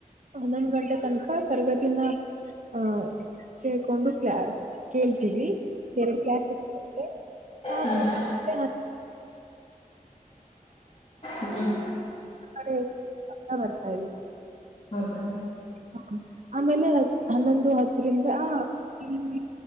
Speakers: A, on the right (about 60°); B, on the left (about 45°).
A: ಹನೊಂದ್ ಗಂಟೆ ತನಕ. ತರಗತಿನ ಅ ಸೇರಕೊಂಡು ಕ್ಲಾ ಕೇಳ್ತೀವಿ. ಎರಡು ಕ್ಲಾಸ್ ಇತ್ತು ಇವತ್ತು ಆಮೇಲೆ
B: ಹ್ಮ್
A: <unintelligible>
B: ಹ್ಮ್,
A: ಹಾಡು ಪಕ್ಕಾ ಬರ್ತಾ ಇದೇ.
B: ಹೌದಾ
A: ಹ ಆಮೇಲೆ ಹನ್ನೊಂದು ಹತ್ತರಿಂದ ಹ್ಮ,